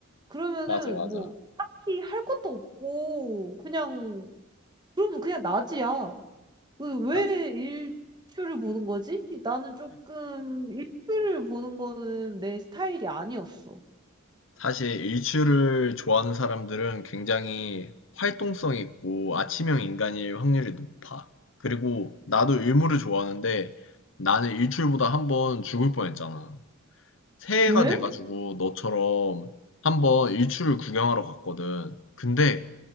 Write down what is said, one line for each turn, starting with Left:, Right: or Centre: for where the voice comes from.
Right: 그러면은
Left: 맞아, 맞아.
Right: 뭐 딱히 할 것도 없고 그냥 그러면 그냥 낮이야. 그래서 왜
Left: 나-
Right: 일출을 보는 거지? 나는 조금 일출을 보는 거는 내 스타일이 아니었어.
Left: 사실 일출을 좋아하는 사람들은 굉장히 활동성 있고 아침형 인간일 확률이 높아. 그리고 나도 일몰을 좋아하는데 나는 일출보다 한 번 죽을 뻔했잖아. 새해가
Right: 왜?
Left: 돼가지고 너처럼 한번 일출을 구경하러 갔거든. 근데